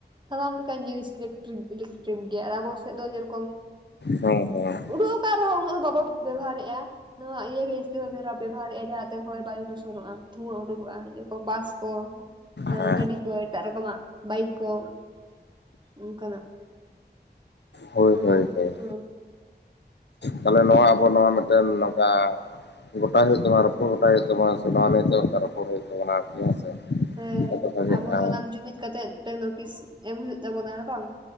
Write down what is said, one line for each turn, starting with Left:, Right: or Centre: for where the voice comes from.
Right: ᱥᱟᱱᱟᱢ ᱞᱮᱠᱟᱱ ᱡᱤᱱᱤᱥ ᱤᱞᱮᱠᱴᱨᱤᱠ ᱤᱞᱮᱠᱴᱨᱤᱵ ᱜᱮᱭᱟ ᱟᱨ ᱟᱵᱚ ᱥᱮᱫ ᱫᱚ ᱡᱮᱨᱚᱠᱚᱢ
Left: ᱦᱳᱭ ᱦᱮᱸ ᱦᱮᱸ
Right: ᱩᱰᱩᱠ ᱛᱟ ᱨᱮᱦᱚᱸ ᱩᱱᱟᱹᱜ ᱫᱚ ᱵᱟᱵᱚ ᱵᱮᱵᱚᱦᱟᱨᱮᱫᱼᱟ᱾ ᱱᱚᱣᱟ ᱤᱭᱟᱹ ᱜᱮ ᱡᱟᱹᱥᱛᱤ ᱵᱮᱵᱚᱦᱟᱨᱮᱜᱼᱟ ᱡᱟᱦᱟᱛᱮ ᱦᱚᱭ ᱵᱟᱭᱩ ᱫᱷᱩᱥᱚᱱᱚᱜᱼᱟ ᱫᱷᱩᱶᱟᱹ ᱩᱰᱩᱠᱚᱜᱼᱟ ᱡᱚᱨᱚᱠᱚᱢ ᱵᱟᱥ ᱠᱚ᱾ ᱦᱟᱸ
Left: ᱦᱮᱸ
Right: ᱜᱟᱹᱰᱤ ᱠᱚ ᱮᱴᱟᱜ ᱨᱚᱠᱚᱢᱟᱜ ᱵᱟᱭᱤᱠ ᱠᱚ ᱚᱱᱠᱟᱱᱟᱜ᱾
Left: ᱦᱳᱭ
Right: ᱦᱚᱸ
Left: ᱦᱳᱭ ᱦᱳᱭ
Right: ᱦᱚᱸ
Left: ᱛᱟᱞᱦᱮ ᱱᱚᱣᱟ ᱟᱵᱚ ᱱᱚᱣᱟ ᱢᱤᱫᱴᱮᱱ ᱛᱟ ᱜᱚᱴᱟ ᱦᱩᱭᱩᱜ ᱛᱟᱢᱟ ᱨᱚᱯᱚᱲ ᱜᱚᱴᱟᱭ ᱦᱩᱭᱩᱜ ᱛᱟᱢᱟ ᱥᱮ ᱱᱚᱣᱟ ᱢᱮᱱ ᱫᱚ ᱚᱱᱠᱟ ᱨᱚᱯᱚᱲ ᱦᱩᱭᱩᱜ ᱛᱟᱵᱚᱱᱟ ᱦᱮᱸᱥᱮ᱾
Right: ᱦᱮᱸ
Left: ᱟᱫᱚ ᱵᱷᱟᱜᱮᱜᱼᱟ
Right: ᱟᱵᱚ ᱥᱟᱱᱟᱢ ᱡᱩᱢᱤᱫ ᱠᱟᱛᱮᱜ ᱢᱤᱫᱴᱮᱱ ᱱᱳᱴᱤᱥ ᱮᱢ ᱦᱩᱭᱩᱜ ᱛᱟᱵᱚᱱᱟ ᱦᱮᱸ ᱵᱟᱝ?